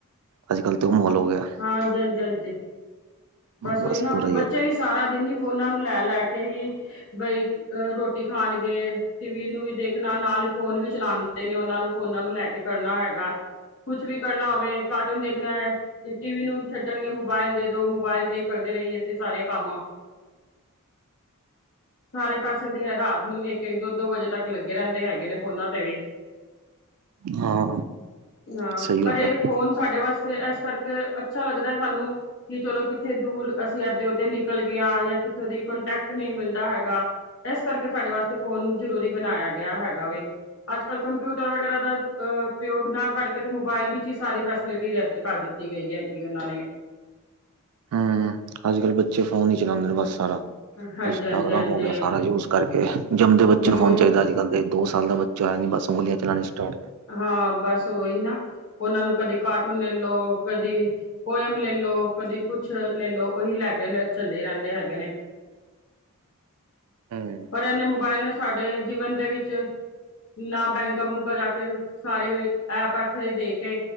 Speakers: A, on the right; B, on the left.
A: ਅੱਜ -ਕੱਲ੍ਹ ਤੇ ਉਹ ਮਹੌਲ ਹੋ ਗਿਆ।
B: ਹਾਂਜੀ -ਹਾਂਜੀ -ਹਾਂਜੀ। ਬੱਸ
A: ਬਸ
B: ਉਹੀ ਨਾ,
A: ਪੂਰਾ ਯਾਰ
B: ਬੱਚੇ ਵੀ ਸਾਰਾ ਦਿਨ ਹੀ ਫੋਨਾ ਨੂੰ ਲੈ- ਲੈ ਕੇ ਹੀ ਬਈ ਅਹ ਰੋਟੀ ਖਾਣਗੇ ਟੀਵੀ ਨੂੰ ਵੀ ਦੇਖਣਾ ਨਾਲ, ਫੋਨ ਵੀ ਚਲਾਂਦੇ ਨੇ, ਉਹਨਾਂ ਨੂੰ ਫੋਨਾਂ ਨੂੰ ਲੈ ਕੇ ਕਰਨਾ ਹੈਗਾ। ਕੁਛ ਵੀ ਕਰਨਾ ਹੋਵੇ ਕਾਰਟੂਨ ਦੇਖਣਾ, ਟੀ ਵੀ ਨੂੰ ਛੱਡਣਗੇ, ਮੋਬਾਇਲ ਦੇ ਦੋ ਮੋਬਾਇਲ ਤੇ ਕਰਦੇ ਰਹੀਏ, ਅਸੀਂ ਸਾਰੇ ਕੰਮ। ਸਾਰੇ ਪਾਸੇ ਦੀ ਐ ਰਾਤ ਨੂੰ ਇੱਕ, ਇੱਕ, ਦੋ, ਦੋ ਵਜੇ ਤੱਕ ਲੱਗੇ ਰੈਂਦੇ ਹੈਗੇ ਨੇ ਫੋਨਾਂ ਤੇ ਵੀ।
A: ਹਾਂ
B: ਹਾਂ,
A: ਸਹੀ ਗੱਲ
B: ਪਰ ਏ
A: ਹੈ
B: ਫੋਨ ਸਾਡੇ ਵਾਸਤੇ ਐਸ ਕਾਰਕੇ ਅੱਛਾ ਲੱਗਦੈ ਸਾਨੂੰ, ਕਿ ਚਲੋ ਤੇ ਦੂਰ ਅਸੀਂ ਐਦੇ, ਓਦੇ ਨਿਕਲ ਗਏ ਆਂ, ਯਾ ਕਿੱਥੋਂ ਦੀ ਕੰਟੈਕਟ ਨਈ ਮਿਲਦਾ ਹੈਗਾ ਏਸ ਕਰਕੇ ਸਾਡੇ ਵਾਸਤੇ ਫੋਨ, ਜਰੂਰੀ ਬਨਾਏਆ ਗੇਆ ਹੈਗਾ ਵੇ ਅੱਜ -ਕੱਲ੍ਹ ਕੰਪਿਊਟਰ ਵਗੈਰਾ ਦਾ ਅ ਉਪਯੋਗ ਨਾ ਕਰਕੇ, ਤੇ ਮੋਬਾਇਲ ਵਿੱਚ ਹੀ ਸਾਰੀ ਫੈਸਿਲਿਟੀ ਦੇ ਕਰ ਦਿੱਤੀ। ਗਈ ਹੈਗੀ ਉਹਨਾਂ ਨੇ
A: ਹੂੰ, ਅੱਜ- ਕੱਲ੍ਹ ਬੱਚੇ ਫੋਨ ਈ ਚਲਾਂਦੇ ਨੇ ਬਸ। ਸਾਰਾ
B: ਹਾਂਜੀ
A: ਇੰਸਟਾਗ੍ਰਾਮ
B: ਹਾਂਜੀ ਹਾਂਜੀ
A: ਹੋ ਗਿਆ, ਸਾਰਾ ਯੂਜ ਕਰਕੇ ਜੰਮਦੇ ਬੱਚੇ
B: ਹਮ
A: ਨੂੰ ਫੋਨ ਚਾਹੀਦਾ ਅੱਜ- ਕੱਲ੍ਹ ਤੇ। ਦੋ ਸਾਲ ਦਾ ਬੱਚਾ ਹੋਆ ਨੀ, ਬਸ ਉਗਲੀਆਂ ਚਲਾਣੀਆਂ ਸਟਾਟ।
B: ਹਾਂ ਬਸ ਉਹੀ ਨਾ, ਉਹਨਾਂ ਨੂੰ ਕਦੀ ਕਾਰਟੂਨ ਲੈਲੋ, ਕਦੀ ਪੋਯਮ ਲੈ ਲੋ, ਕਦੀ ਕੁਛ ਲੈ ਲੋ, ਉਹੀ ਲੈ ਕੇ ਚੱਲੇ ਰਹਿੰਦੇ ਹੈਗੇ ਨੇ।
A: ਹਮ
B: ਪਰ ਇਹਨੇ ਮੋਬਾਇਲ ਨੇ ਸਾਡੇ ਜੀਵਨ ਦੇ ਵਿੱਚ ਨਾ ਬੈਂਕਾਂ-ਬੂਕਾਂ ਜਾ ਕੇ, ਸਾਰੇ ਐਪ ਇੱਥੇ ਦੇ ਕੇ